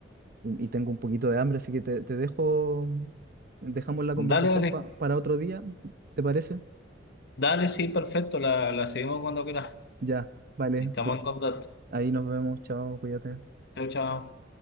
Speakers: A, on the right; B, on the left.
A: y, y tengo un poquito de hambre, así que te, te dejo, dejamos la conversación
B: Dale, dale.
A: pa- para otro día, ¿te parece?
B: Dale, sí, perfecto. La, la seguimos cuando quieras.
A: Ya, vale,
B: Estamos
A: cu-
B: en contacto.
A: ahí nos vemos, chao, cuídate.
B: Chao, chao.